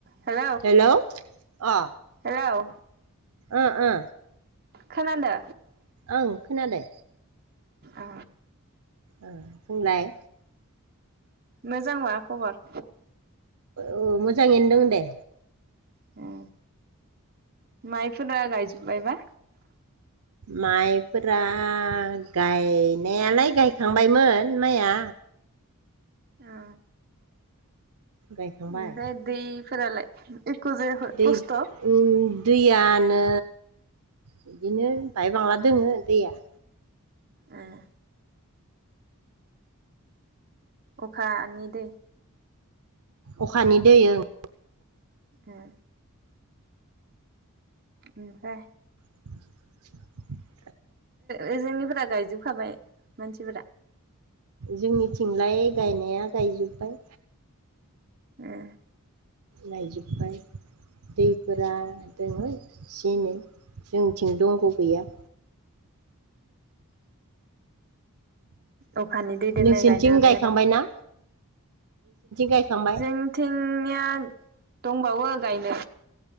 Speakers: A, on the right; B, on the right.
A: हेल
B: hello अ
A: हेल
B: ओ ओ
A: खोनानो
B: ओं खोनादो
A: औ
B: ओ बुंलाय
A: मोजां मा खबर
B: औ मोजाङैनो दं दे
A: औ माइफोरा गायजोब्बायबा?
B: माइफोरा गायनायालाय गायखांबायमोन माइआ
A: औ
B: गायखांबाय
A: ओमफ्राय दैफोरालाय जायाखै
B: दै
A: खस्थ'
B: ओम दैयानो बिदिनो बाय बांला दोङो दैया
A: ए अखानि दै
B: अखानि दै ओं
A: ए <inaudible> ओम दे
B: <inaudible>
A: ओजोंनिफोरा गायजोबखाबाय मानसिफोरा
B: जोंनिथिंलाय गायनाया गायजोब्बाय
A: ए
B: गायजोब्बाय दैफोरा दोङो एसे एनै जों थिं दंग' गैया
A: अखानि दैदोनो
B: नोंसोरनिथिं
A: गायनो हाबाय
B: गायखांबायना?
A: आरो
B: गायखांबाय
A: जोंथिंनिया दंबावो गायनो